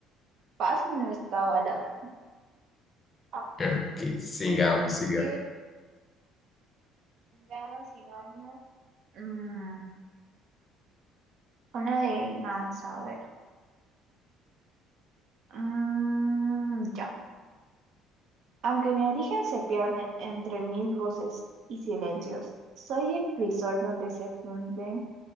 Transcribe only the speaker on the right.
fácil no estaba, la verdad. Ah,
ok.
Veamos, digamos, mm, una adivinanza a ver. Mm, ya. Aunque mi origen se pierde entre mil voces y silencios, soy el crisol donde se funden